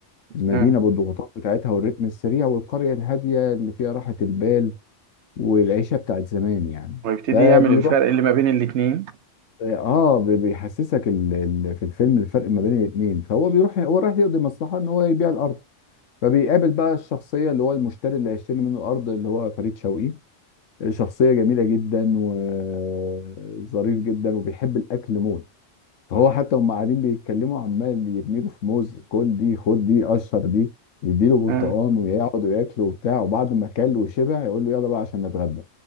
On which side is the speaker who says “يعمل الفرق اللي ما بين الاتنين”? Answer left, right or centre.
Right